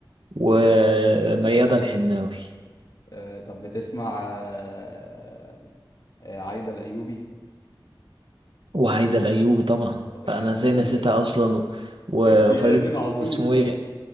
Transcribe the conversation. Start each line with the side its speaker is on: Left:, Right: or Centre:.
Right: وميادة الحناوي
Left: آه طب بتسمع آه آه عايدة الأيوبي
Right: وهيدا الأيوبي طبعا
Left: يعني
Right: فأنا ازاي نسيتها
Left: <laughs>
Right: أصلا و-
Left: دي
Right: وفريد
Left: لازم على
Right: واسمه
Left: طول
Right: ايه